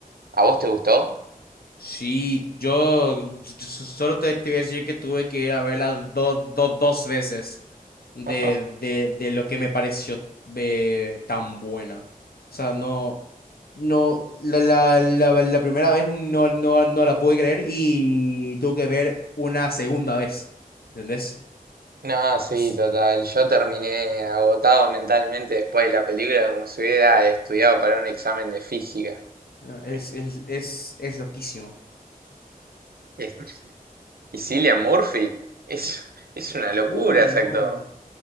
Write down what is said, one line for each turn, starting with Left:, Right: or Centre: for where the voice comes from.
Right: ¿a vos te gustó?
Left: Sí, yo, yo- solo te, te voy a decir que tuve que ir a verla do- do- dos veces de,
Right: <laughs>
Left: de, de lo que me pareció eh, tan buena. O sea, no, no, la, la, la, la primera vez no, no, no la pude creer y tuve que ver una segunda vez. ¿Entendés?
Right: No, sí,
Left: Es,
Right: total. Yo terminé agotado mentalmente después de la película, como si hubiera estudiado para un examen de física.
Left: ah, es,
Right: Es-
Left: es, es, es loquísimo.
Right: es- Y Cillian Murphy es, es una locura
Left: Uh, no,
Right: ese actor.